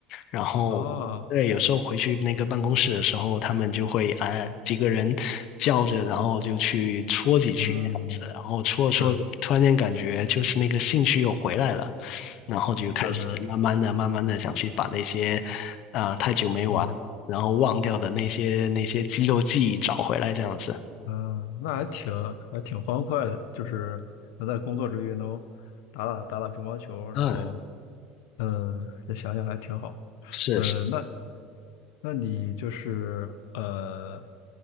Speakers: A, on the left (about 55°); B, on the left (about 80°).
A: 然后对，
B: 啊，
A: 有时候回去那个办公室的时候，他们就会哎几个人叫着，然后就去戳几句那样子，
B: 嗯，
A: 然后戳着戳着，
B: 是
A: 突然间感觉就是那个兴趣又回来了，然后就开始慢慢的、
B: 是是，
A: 慢慢的想去把那些啊、呃太久没玩，
B: 嗯
A: 然后忘掉的那些那些肌肉记忆找回来这样子。
B: 嗯，那还挺还挺欢快的，就是能在工作之余能打打打打乒乓球，然后
A: 嗯，
B: 嗯，这想想还挺好。
A: 是。
B: 嗯，那那你就是呃，